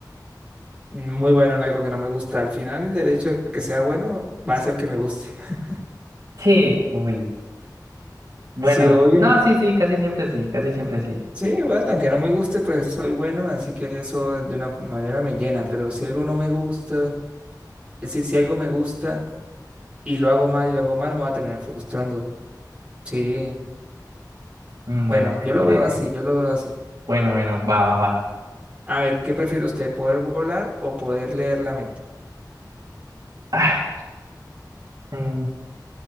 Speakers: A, on the right (about 15°); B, on the right (about 55°).
A: muy bueno en algo que no me gusta. Al final, el hecho de que sea bueno va a hacer que me guste. <laughs>
B: Sí, uy. Bueno,
A: Sí, obvio.
B: no, sí, sí, casi siempre sí, casi siempre sí.
A: Sí, bueno, aunque no me guste, pues soy bueno, así que eso de una manera me llena. Pero si algo no me gusta, si, si algo me gusta y lo hago mal y lo hago mal, me va a terminar frustrando. Sí,
B: Mm,
A: bueno,
B: Bueno, bueno,
A: yo lo
B: breve.
A: veo así, yo lo veo así.
B: Bueno, bueno, va, va, va.
A: A ver, ¿qué prefiere usted, poder volar o poder leer la mente?
B: Ah, mm,